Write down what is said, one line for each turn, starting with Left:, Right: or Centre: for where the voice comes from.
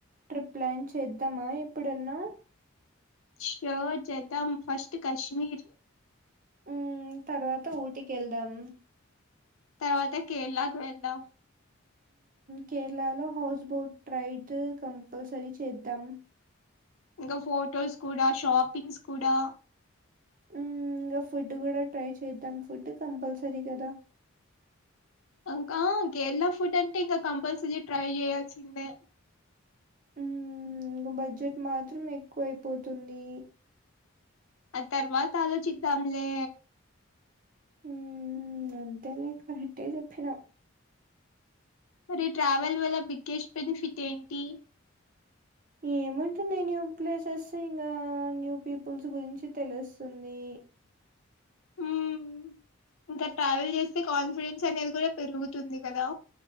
Right: ట్రిప్ ప్లాన్ చేద్దామా ఏప్పుడన్నా
Left: ష్యూర్ చేద్దాం ఫస్ట్ కశ్మీర్
Right: ఉ తర్వాత ఊటికెళ్దాం
Left: తర్వాత కేరళకు వెళ్దాం
Right: కేరళలో హౌస్ బోట్ రైడ్ కంపల్సరీ చేద్దాం
Left: ఇంకా ఫొటోస్ కూడా షాపింగ్స్ కూడా
Right: హ్మ్ ఇంగ ఫుడ్ కూడా ట్రై చేద్దాం ఫుడ్ కంపల్సరీ కదా
Left: ఇంకా కేరళ ఫుడ్ అంటే ఇంకా కంపల్సరీ ట్రై చేయాల్సిందే
Right: ఉ ఇంగ బడ్జెట్ మాత్రం ఎక్కువ అయిపోతుంది
Left: ఆద్ తర్వాత ఆలోచిద్దాంలే
Right: ఉ అంతే లే కరెక్టే చెప్పినవ్
Left: మరి ట్రావెల్ వల్ బిగ్గెస్ట్ బెనిఫిట్ ఏంటి
Right: ఏమంటుంది న్యూ ప్లేసెస్ ఇంకా న్యూ పీపుల్స్ గురించి తెలుస్తుంది
Left: హ్మ్ ఇంకా ట్రావెల్ చేస్తే కాన్ఫిడెన్స్ అనేది కూడా పెరుగుతుంది కదా